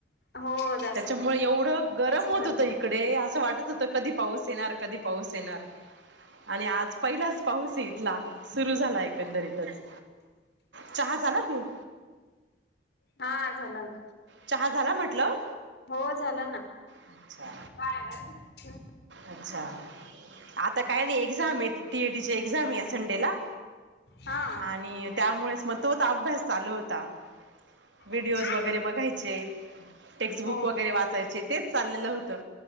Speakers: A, on the left; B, on the right.
A: हो जास्त
B: त्याच्यामुळे एवढं गरम होत
A: पण
B: होत इकडे असं वाटत होत कधी पाऊस येणार कधी पाऊस येणार आणि आज पहिलाच पाऊस आहे इथला सुरु झाला एकंदरीतच चहा झाला पिऊन
A: हा झालं ना
B: चहा झाला म्हटलं
A: हो झाला ना
B: अच्छा
A: हम्
B: अच्छा आता काय नाही एक्झाम आहे टीएटीची एक्झाम आहे या संडे ला
A: हा
B: आणि त्यामुळेच मग तोच अभ्यास चालू होता व्हिडिओज
A: अच्छा
B: वगैरे बघायचे चे टेक्स्टबुक
A: हो
B: वगैरे वाचायचे तेच चाललेलं होतं